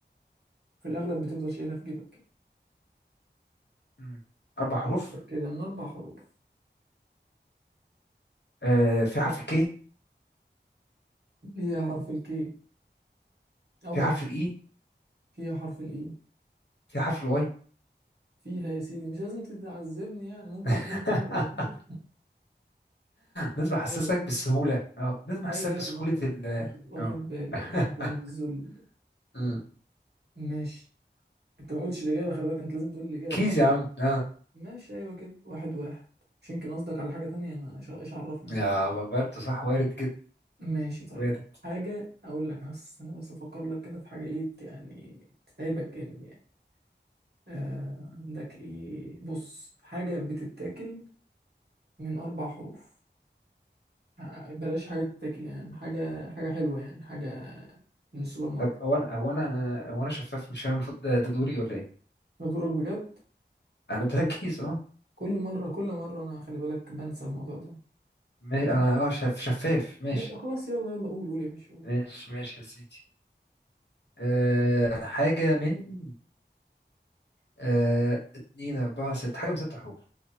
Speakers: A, on the right; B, on the left.
A: في الأغلب بتفضل شايلها في جيبك
B: مم. اربع حروف
A: فكر كده من أربع حروف
B: آه في حرف الكي
A: ليها حرف الكي أول
B: في حرف الاي
A: فيها حرف الاي
B: في حرف الواي
A: فيها يا سيدي مش لازم تتعذبني يعني ممكن
B: <laughs>
A: تقول الكلمة على طول
B: لازم
A: الموضوع
B: احسسك
A: بسيط
B: بالسهوله اه لازم احسسك
A: ايوه ايوه
B: بسهوله
A: من واخد
B: ال
A: واخد واخد
B: اه
A: بالي
B: <laughs>
A: او واخد بالي من الذل
B: مم.
A: ماشي انت ما قلتش الاجابه خلي بالك انت لازم تقول الاجابه
B: كيز يا عم اه
A: ماشي ايوه كده واحد واحد مش يمكن قصدك على حاجه تانية انا إيش- ايش عرفني انا
B: يا برضه صح وارد جدا
A: ماشي طيب
B: وارد
A: حاجه اقول لك بس انا بس افكر لك كده في حاجه ايه بت- يعني تتعبك جامد يعني آه عندك ايه بص حاجه بتتاكل من اربع حروف ع- بلاش حاجة تتاكل يعني حاجة حاجة حلوة يعني حاجة من السوبر ماركت
B: طب هو انا هو انا هو انا شفاف مش انا المفروض ده ده دوري ولا ايه؟
A: بدورك بجد
B: انا قلت لك
A: ده
B: كيس اه
A: كل مرة كل مرة أنا خلي بالك بنسى الموضوع ده
B: ما- انا
A: ماشي.
B: اه شف شفاف ماشي
A: يا- خلاص يلا يلا قول قول يا باشا قول
B: ماشي ماشي يا سيدي أه حاجة من أه اتنين أربعة ست حاجة من ست حروف